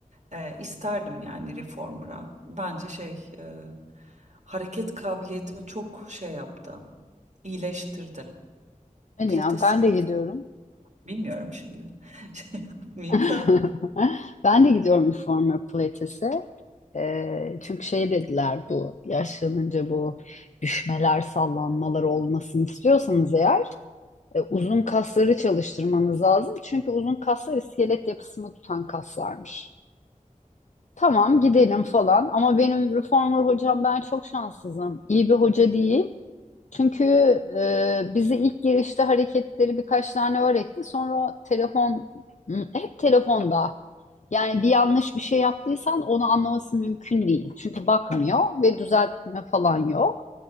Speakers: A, on the right (about 55°); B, on the left (about 60°).
A: e, isterdim yani reformer'a. Bence şey e, hareket kabiliyetimi çok şey yaptı, iyileştirdi.
B: Hadi
A: Pilates
B: ya
A: spor,
B: ben de gidiyorum.
A: bilmiyorum şimdi <laughs> şey yapmayayım
B: <laughs>
A: da.
B: Ben de gidiyorum Reformer Pilates'e. Ee, çünkü şey dediler bu yaşlanınca bu düşmeler sallanmalar olmasını istiyorsanız eğer e, uzun kasları çalıştırmanız lazım. Çünkü uzun kaslar iskelet yapısını tutan kaslarmış. Tamam gidelim falan ama benim reformer hocam ben çok şanssızım. İyi bir hoca değil. Çünkü e, bize ilk girişte hareketleri birkaç tane öğretti. Sonra telefon hı, hep telefonda. Yani bir yanlış bir şey yaptıysan onu anlaması mümkün değil. Çünkü bakmıyor ve düzeltme falan yok.